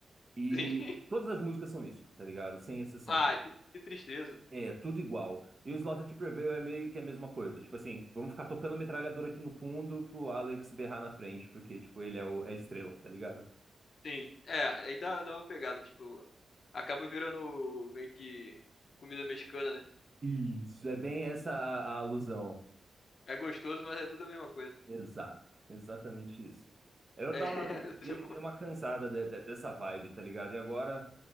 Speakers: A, on the right (about 25°); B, on the left (about 50°).
A: E
B: sim. <laughs>
A: todas as músicas são isso, tá ligado? Sem exceção.
B: Ah, que, que tristeza.
A: É, tudo igual. E o Slaughter to Prevail é meio que a mesma coisa. Tipo assim, vamos ficar tocando metralhadora aqui no fundo pro Alex berrar na frente, porque, tipo, ele é, o, é a estrela, tá ligado?
B: Sim. É, aí dá, dá uma pegada, tipo, acaba virando meio que comida mexicana, né?
A: Isso é bem essa a, a alusão.
B: É gostoso, mas é tudo a mesma coisa.
A: Exato. Exatamente isso. Eu
B: É,
A: tava,
B: <laughs>
A: dei,
B: tipo,
A: dei uma cansada de- de- dessa vibe, tá ligado? E agora,